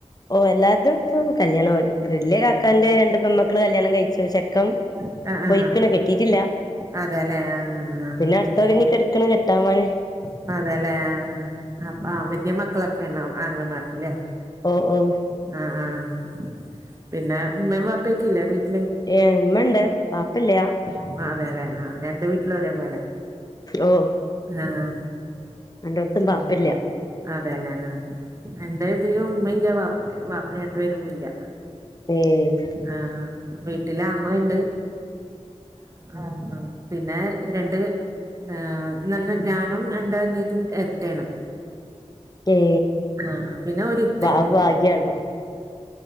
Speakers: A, on the left; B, on the right.
A: ഓഹ് എല്ലാർതും ഇപ്പൊ കല്യാണം വരും വെല്ല്യ കാക്കാന്റെ രണ്ട് പെൺമക്കള് കല്യാണം കഴിച്ചു ചെക്കൻ
B: അഹ് അഹ്
A: പൊയ്ക്ക്ണ്
B: ആഹ്
A: കെട്ടിയിട്ടില്ല
B: അതെലേ ആഹ്ഹ്
A: പിന്നെ അടുത്ത ഇനി കെട്ക്ക്ണ് കെട്ടാൻ വാന്
B: ഹ് അതല്ലേ അഹ് ആഹ് വെല്ല്യ മക്കളൊക്കെണോ ആങ്ങളമാർക്ക് ലേ
A: ഓഹ് ഓഹ്
B: അഹ് ആഹ് പിന്നെ ഉമ്മേം വാപ്പൊക്കില്ലേ വീട്ടില്
A: ഏഹ് ഉമ്മണ്ട് വാപ്പല്ല്യ ഹ്
B: ആഹ് അതലെ ആഹ് രണ്ട് വീട്ടിലൊരേ പോലെ
A: ഓ
B: ആഹ്
A: രണ്ടോട്ത്തും
B: പിന്ന
A: ബാപ്പല്ല
B: അതെ ലേ ആഹ് അന്റെ ഇതിലും മ്മിംല്ല വാപ്പ് വാ രണ്ടു പേരും ഇല്ല
A: ഏഹ്
B: ആഹ് ആഹ് വീട്ടിലാങ്ങളിംണ്ട് ആഹ് ആഹ് പിന്നെ രണ്ട് ഏ് ഞഞ ഞാനും എന്റെനിയത്തിം എരട്ടയാണ്
A: ഏ
B: ആഹ് പിന്നെ ഒരിത്ത
A: ബാ
B: ഇണ്ട്
A: ഭാഗ്യാണല്ലോ